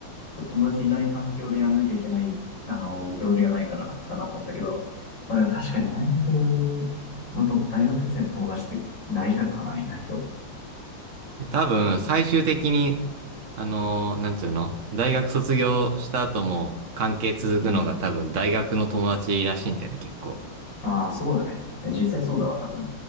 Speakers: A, on the left; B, on the right.
A: う。友達いない環境でやんなきゃいけない、あの、行事がないから楽かなと思ったけど、まあでも確かに大学のと、大学生の友達って大事だからな、意外と。
B: 多分、最終的に、あのーなんていうの、大学卒業した後も関係続くのが多分大学の友達らしいんだよね、
A: うん。
B: 結構。
A: ああ、そうだね。いや実際そうだわ、多分。